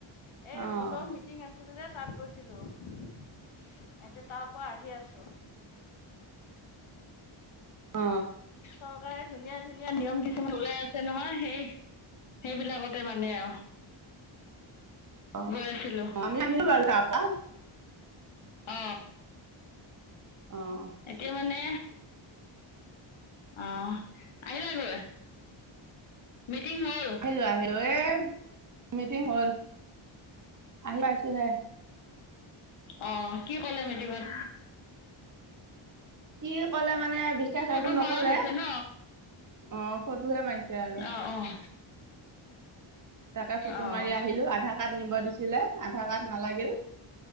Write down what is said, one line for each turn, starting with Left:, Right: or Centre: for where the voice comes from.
Left: এ
Right: অ',
Left: গোটৰ মিটিং আছে। সেইদৰেই তাত গৈছিলো। এতিয়া তাৰ পৰা আহি আছো।
Right: অ।
Left: চৰকাৰে ধুনীয়া ধুনীয়া নিয়ম কিছুমান ওলাই আছে নহয় সেই সেইবিলাকতে মানে আৰু।
Right: অ
Left: গৈ আছিলোঁ
Right: অ আমি আহিলো বাৰু তাপা।
Left: অ
Right: অ',
Left: এতিয়া মানে অ আহিলাগৈ? মিটিং হ'ল
Right: আহিলো আহিলো এই মিটিং হ'ল আহি পাইছোহে।
Left: অ। কি ক'লে মিটিংত?
Right: কি ক'লে মানে বিশেষ
Left: ফটো
Right: একো নকলে
Left: মৰা হৈছে ন
Right: অ ফটোহে মাৰিছে আৰু।
Left: অঁ অঁ
Right: তাকে ফটো
Left: অঁ
Right: মাৰি আহিলো, আধাৰ কাৰ্ড নিব দিছিলে আধাৰ কাৰ্ড নালাগিল।